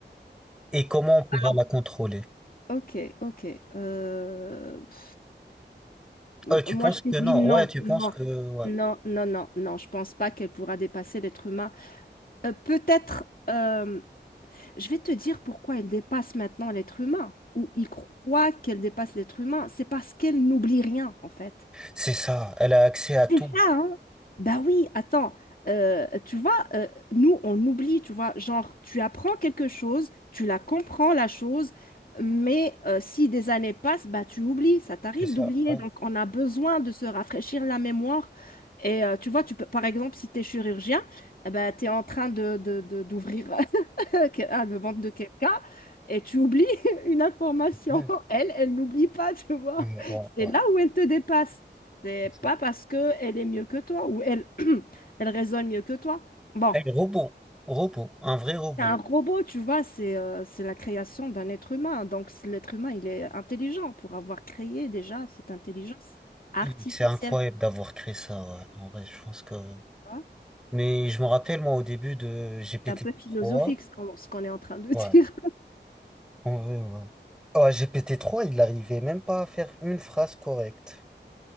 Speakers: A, in the centre; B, on the left.
A: Et comment on pourra
B: Alors,
A: la contrôler?
B: ok, ok. euh, pff, m-
A: Ouais, tu
B: moi,
A: penses
B: je t'ai
A: que non,
B: dit non,
A: ouais, tu
B: non,
A: penses que ouais.
B: non, non, non, non. Je pense pas qu'elle pourra dépasser l'être humain. Euh, peut-être. euh, Je vais te dire pourquoi elle dépasse maintenant l'être humain, ou il croit qu'elle dépasse l'être humain. C'est parce qu'elle n'oublie rien, en fait
A: C'est ça, elle a accès à tout.
B: ça, hein. Bah oui, attends. Euh, tu vois, euh, nous, on oublie, tu vois, genre, tu apprends quelque chose, tu la comprends, la chose, mais euh, si des années passent, bah tu oublies, ça t'arrive
A: C'est ça,
B: d'oublier.
A: ouais.
B: Donc, on a besoin de se rafraîchir la mémoire. Et euh, tu vois, tu peux, par exemple, si tu es chirurgien, eh ben, tu es en train de, de- de- d'ouvrir <laughs> un- le ventre de quelqu'un et tu oublies <laughs> une information.
A: Ouais,
B: Elle, elle n'oublie pas, tu vois.
A: ouais, ouais,
B: C'est
A: ouais.
B: là où elle te dépasse. C'est
A: C'est
B: pas
A: ça.
B: parce que elle est mieux que toi ou elle, <clears throat> elle raisonne mieux que toi. Bon,
A: Elle est robot, robot, un vrai robot.
B: c'est un Mm. robot, tu vois, c'est euh, c'est la création d'un être humain. Donc c- l'être humain, il est intelligent pour avoir créé déjà cette intelligence artificielle.
A: Hi, C'est incroyable d'avoir créé ça, ouais. En vrai, je pense que.
B: tu vois.
A: Mais je me rappelle, moi, au début de GPT-3,
B: C'est un peu philosophique ce qu'on ce qu'on est en train de <laughs>
A: ouais,
B: dire.
A: en vrai, ouais. Ouais, GPT-3, il n'arrivait même pas à faire une phrase correcte.